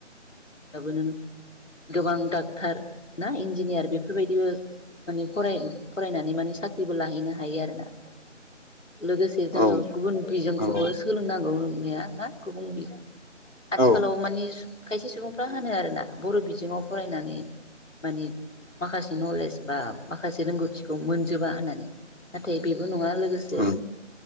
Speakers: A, in the centre; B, on the left.
A: दाबो नों गोबां डाक्टर ना इन्जिनियार बेफोरबायदिबो माने फराय-फरायनानै माने साख्रिबो लाहैनो हायो आरोना लोगोसे जोङो
B: औ
A: गुबुन बिजोंखौबो
B: नंगौ
A: सोलोंनांगौ बुंनि ना गुबुं बि आथिखालाव
B: औ
A: माने खायसे सुबुं होनो आरोना बर' बिजोङाव फरायनानै मानि माखासे नलेज बा माखासे रोंगौथिखौ मोनजोबा होननानै नाथाय बेबो न ना लोगोसे
B: उम